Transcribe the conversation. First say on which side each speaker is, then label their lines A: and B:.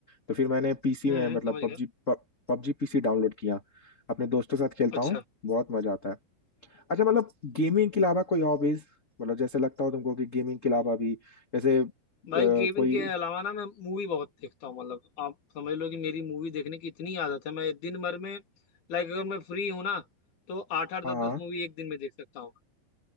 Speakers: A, on the left; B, on the left.
A: तो फिर मैंने पीसी
B: हम्म
A: में
B: हम्म,
A: मतलब
B: समझ
A: पबजी
B: गया
A: पबजी पीसी डाउनलोड किया अपने दोस्तों के साथ खेलता
B: अच्छा
A: हूँ बहुत मजा आता है अच्छा मतलब गेमिंग के अलावा कोई हॉबीज मतलब जैसे लगता हो तुमको कि गेमिंग के अलावा भी जैसे अ,
B: भाई
A: कोई
B: गेमिंग के अलावा ना मैं मूवी बहुत देखता हूँ मतलब आप समझ लो कि मेरी मूवी देखने की इतनी आदत है मैं दिन भर में लाइक अगर मैं फ्री हूँ ना तो आठ आठ दस
A: हाँ हाँ।
B: दस मूवी एक दिन में देख सकता हूँ